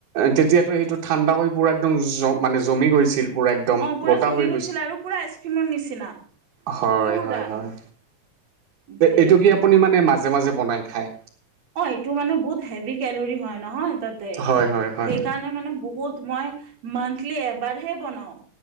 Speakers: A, on the right (about 85°); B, on the right (about 60°).
A: তেতিয়াতো সেইটো ঠাণ্ডা হৈ পুৰা একদম জ মানে জমি গৈছিল? পুৰা একদম
B: অ' পুৰা
A: গোটা
B: জমি
A: হৈ
B: গৈছিল আৰু পুৰা আইচক্ৰীমৰ নিচিনা।
A: হয়,
B: পুৰা
A: হয়, হয়।
B: <unintelligible>
A: এইটো কি আপুনি মানে মাজে মাজে বনাই খায়?
B: অ এইটো মানে বহুত হেভি কেলৰি হয় নহয় তাতে।
A: হয় হয় হয়
B: সেইকাৰণে মানে বহুত মই মান্থলি এবাৰহে বনাওঁ।